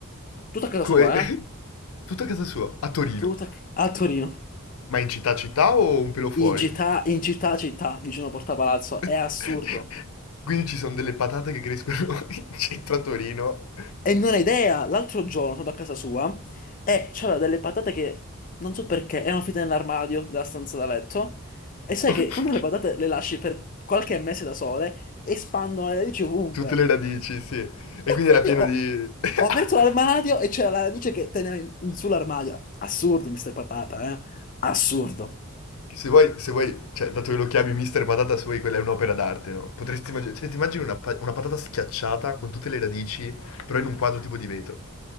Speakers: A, on the left; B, on the left.
A: Tutto a casa
B: Come...
A: sua, eh?
B: <laughs> Tutto a casa sua, a Torino.
A: Tutto a, a Torino.
B: Ma in città città o un pelo fuori?
A: In città, in città, città, vicino a Porta Palazzo.
B: <laughs>
A: È assurdo.
B: Quindi ci sono delle patate che crescono <laughs> in centro a Torino,
A: E non ho idea, l'altro giorno sono andato a casa sua e c'aveva delle patate che non so perché erano finite nell'armadio della stanza da letto. E sai
B: <laughs>
A: che quando le patate le lasci per qualche mese da sole, espandono le radici ovunque.
B: tutte le radici, sì. E
A: E
B: quindi
A: quindi
B: era pieno
A: ho,
B: di... <laughs>
A: ho aperto l'armadio e c'era la radice che teneva in, in sull'armadio. Assurdo, Mr. Patata, eh? Assurdo.
B: Che Se vuoi, se vuoi, cioè, dato che lo chiami Mister Patata, se vuoi, quella è un'opera d'arte, no? Potresti immaginare, cioè, ti immagini una, pa- una patata schiacciata con tutte le radici, però in un quadro tipo di vetro.